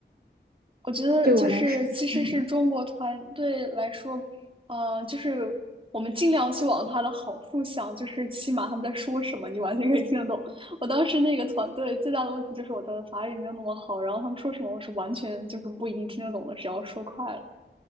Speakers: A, on the right; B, on the right.
A: 我觉得就是其实是中国团队来说，
B: 对我来说是很难。
A: 呃，就是我们尽量去往它的好处想，就是起码他们在说什么，你完全可以听得懂。我当时那个团队最大的问题就是我的法语没有那么好，然后他们说什么我是完全就是不一定听得懂的，只要说快了。